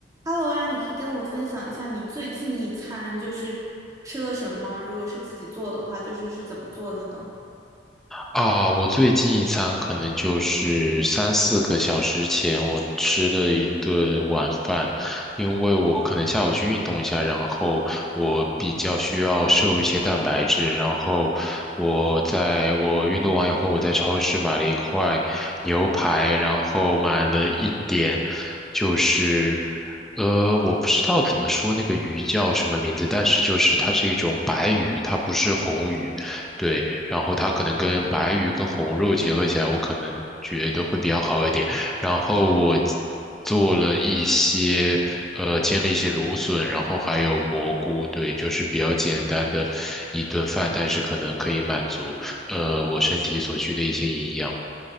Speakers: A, on the right (about 20°); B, in the centre.
A: Hello 呀，你可以跟我分享一下你最近一餐就是吃了什么吗？如果是自己做的话，就是是怎么做的呢？
B: 啊，我最近一餐可能就是三四个小时前，我吃的一顿晚饭，因为我可能下午去运动一下，然后我比较需要摄入一些蛋白质，然后我在我运动完以后，我在超市买了一块牛排，然后买了一点，就是。呃，我不知道怎么说那个鱼叫什么名字，但是就是它是一种白鱼，它不是红鱼，对。然后它可能跟白鱼跟红肉结合起来，我可能觉得会比较好一点。然后我做了一些呃煎了一些芦笋，然后还有蘑菇，对，就是比较简单的一顿饭，但是可能可以满足呃我身体所需的一些营养。